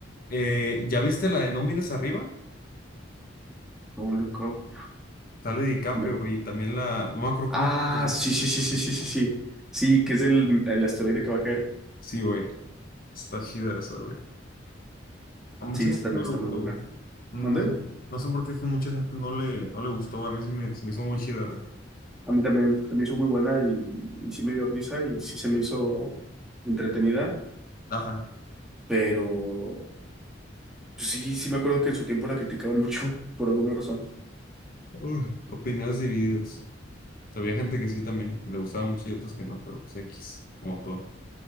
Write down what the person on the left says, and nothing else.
eh, ¿ya viste la de No mires arriba?
Sale DiCaprio,
güey. y También la. No me acuerdo
cómo se llama.
Sí, güey. Está chida esa, güey. A mucha
gente
no
le
gustó,
güey. No
sé, por qué- no sé por qué es que mucha gente no le, no le gustó, güey. A mí se me, se me hizo muy chida, güey.
Ajá.
Uf, Opiniones divididas. O sea, había gente que sí también le gustaba mucho y otros que no, pero pues X, como todo.